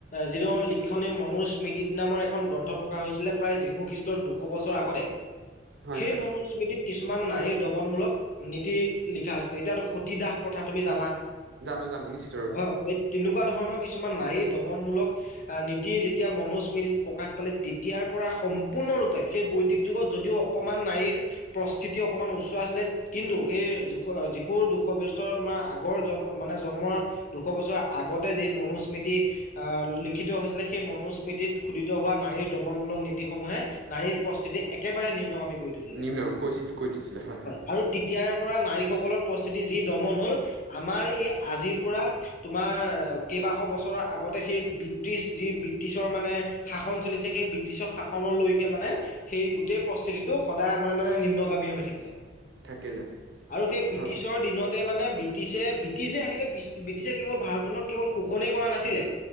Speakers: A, on the left (about 45°); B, on the right (about 70°).
A: যিজন লিখনি মনুৰচ্ স্মৃতি নামৰ এখন গ্ৰন্থ প্ৰকাশ হৈছিলে প্ৰায় যীশু খ্ৰীষ্টৰ দুশ বছৰ আগতে
B: হয়
A: সেই
B: হয়
A: মনু স্মৃতিত কিছুমান নাৰীৰ দমনমূলক নীতি লিখা হৈছিলে এতিয়াতো সতীদাহ প্ৰথা তুমি জানা
B: জানো জানো নিশ্চ
A: হয় তেনেকুৱা ধৰণৰ কিছুমান নাৰীৰ দমনমূলক নীতি যেতিয়া মনুৰ স্মৃতিত প্ৰকাশ পালে তেতিয়াৰ পৰা সম্পূৰ্ণৰূপে সেই বৈদিক যুগত যদিও অ কণমান নাৰীৰ প্ৰস্তিতি অকমান উচ্চ আছিলে কিন্তু সেই যীশুৰ দুশ বছৰ তোমাৰ আগৰ মানে জন্মৰ দুশ বছৰ আগতে যি মনুস্মৃতি আহ লিখিত হৈছিলে সেই মনোস্মৃতিত খোদিত হোৱা নাৰীৰ দমনমূলক নীতিসমূহে নাৰীৰ প্ৰস্থিতি একেবাৰে নিম্নগামী কৰি তুলিলে।
B: নিম্ন কৈছিল কৈ দিছিলে হয় হয়
A: আৰু তেতিয়াৰ পৰা নাৰীসকলৰ প্ৰস্তিতি যি দমন হ'ল আমাৰ এই আজিৰ পৰা তোমাৰ কেইবাশ বছৰৰ আগতে সেই ব্ৰিটিছ যি ব্ৰিটিছৰ মানে শাসন চলিছে সেই ব্ৰিটিছৰ শাসনলৈকে মানে সেই গোটেই প্ৰস্থিতিটো সদায় আমান মানে নিম্নগামী হৈ থাকিলে
B: থাকিলে
A: আৰু সেই ব্ৰিটিছৰ
B: হয়
A: দিনতে মানে বি ব্ৰিটিছে ব্ৰিটিছে আহিলে ব্ৰিটিছে কেৱল ভাৰতখনক কেৱল শোষণেই কৰা নাছিলে